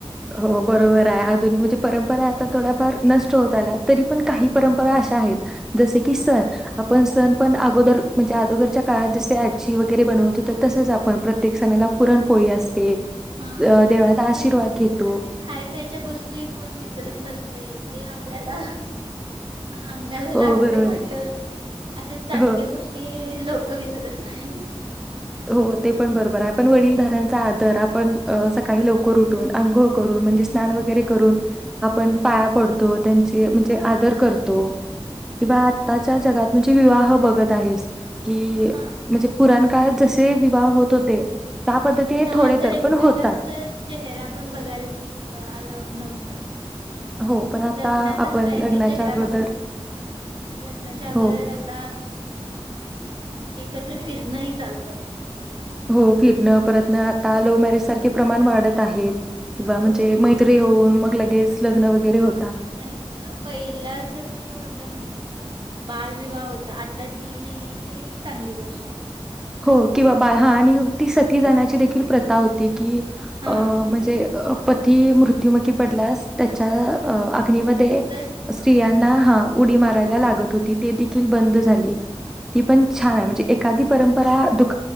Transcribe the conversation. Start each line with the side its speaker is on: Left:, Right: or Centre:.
Centre: हो बरोबर आहे आधुन म्हणजे परंपरा आता थोडाफार नष्ट होत आल्यात तरी पण काही परंपरा अशा आहेत जसे की सण. आपण सण पण अगोदर म्हणजे अदोगरच्या का जसे आजी वगैरे बनवत होत तसच आपण प्रत्येक सणाला पुरणपोळी असते.
Right: हा
Centre: अ देवाचा आशीर्वाद
Right: हे
Centre: घेत
Right: असे खाय प्यायच्या गोष्टी कोण विसरत नसतय ते आपल्याला अंगाला लागतय
Centre: हो बरोबर
Right: म्हटल्यावरती.
Centre: आहे
Right: असे चाटक्या
Centre: हो
Right: गोष्टी लोक विस <unintelligible> नाही.
Centre: हो ते पण बरोबर आहे पण वडीलधारांचा आदर आपण अ सकाळी लवकर उठून अंघोळ करून म्हणजे स्नान
Right: हम्म
Centre: वगैरे करून आपण पाया पड तो त्यांचे म्हणजे आदर करतो किंवा आत्ताच्या जगात म्हणजे विवाह बघत आहेस. कि
Right: हा
Centre: म्हणजे पुरान <unintelligible> तसे विवाह होत होते. पद्धतीने
Right: तव्हा
Centre: थोडे
Right: तर एकमेकांच
Centre: पण होतात.
Right: चेहरा पण बघायल अं अलाउड नव्हत
Centre: हो पण आता
Right: लग्नातच
Centre: आपण
Right: काय
Centre: लग्नाच्या
Right: ते चेहरा
Centre: अगोदर
Right: बघणार. लग्नाच्या अगोदर
Centre: हो
Right: आता एकत्र फिरणही चालत.
Centre: हो फिरणं परतन आता लव्ह मॅरेज सारखे प्रमाण वाढत आहेत. वा म्हणजे
Right: हो
Centre: मैत्री होऊन मग लगेच लग्न वगैरे हो
Right: आणि पहिलाच कस होत माहितेय काय बालविवाह होता. आ त्यात ती नाहीये ते एक चांगली गोष्ट आहे.
Centre: हो किंवा बा हा आणि ती सती जणाची देखील प्रथा होती की
Right: हा
Centre: अ म्हणजे पती मृत्युमुखी पडल्यास त्याच्या अ अग्नीमध्ये
Right: सोबतच
Centre: स्त्रिया ना हाऊ उडी मारायला
Right: हा
Centre: लागत होती. ते देखील बंद झाली, ती पण छान आहे. म्हणजे एखादी परंप <unintelligible>